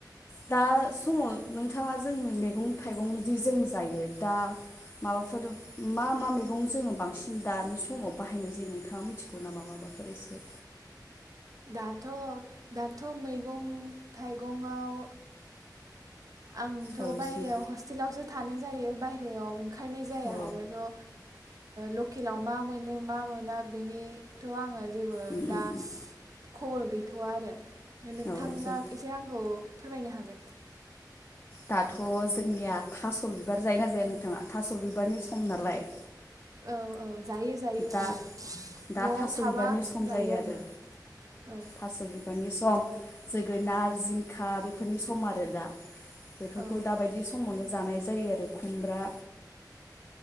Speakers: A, on the left; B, on the right.
A: दा समाव नोंथाङा जों मैगं थाइगंदि जों जायो दा माबाफोर मा मा मैगं जोङो बांसिन दानि समाव बाहायनाय जायो नोंथाङा मिथिगौ नामा माबाफोर एसे?
B: दाथ' दाथ' मैगं थाइगंआव आंथ'
A: औ
B: बायहेरायाव
A: जों
B: हस्टेलावसो थानाय जायो बायहेरायाव ओंखारनाय जाया
A: अ
B: आरोथ' ओ लकेलाव मा मोनो मा मोना बेनिथ' आङो जोबो
A: उम उम
B: दा
A: उम
B: खबर गैथ'वा आरो नोंथाङा
A: औ जों
B: एसे आंखौ फोरमायनो हागोन?
A: दाथ' जोंनिया थास' बिबार जायो ना जाया नोंथाङा थास' बिबारनि सम नालाय।
B: औ औ। जायो जायो
A: दा
B: जायो
A: दा
B: न'आव
A: थास'
B: थाबा
A: बिबारनि सम
B: जायो आङो
A: आरो
B: औ।
A: थास' बिबारनि सम जोगोनार जिंखा बेफोरनि सम आरो दा। बेफोरखौ
B: औ
A: दाबायदि समावनो। जानाय जायो आरो खुमब्रा।